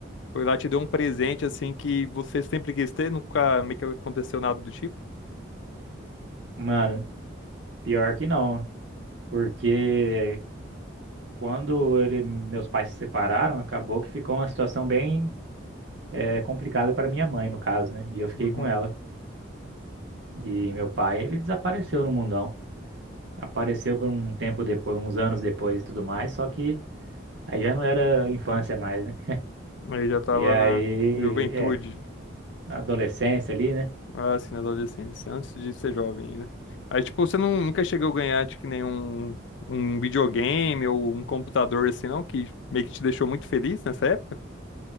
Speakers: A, on the left (about 70°); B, on the right (about 65°).
A: foi lá e te deu um presente assim que você sempre quis ter, nunca meio que aconteceu nada do tipo.
B: Mano, pior que não. Porque Quando ele, meus pais se separaram, acabou que ficou uma situação bem eh, complicada para minha mãe, no caso, né? E eu fiquei
A: Uhum.
B: com ela. E meu pai, ele desapareceu no mundão. Apareceu por um tempo depois, uns anos depois e tudo mais, só que aí já não era infância mais, né?
A: Aí já tava
B: E aí,
A: na juventude,
B: é, na adolescência ali, né?
A: ah, assim, na adolescência, antes de ser jovem ainda. Aí tipo, você não, nunca chegou a ganhar tipo, nenhum um um videogame ou um computador assim não, que meio que te deixou muito feliz nessa época?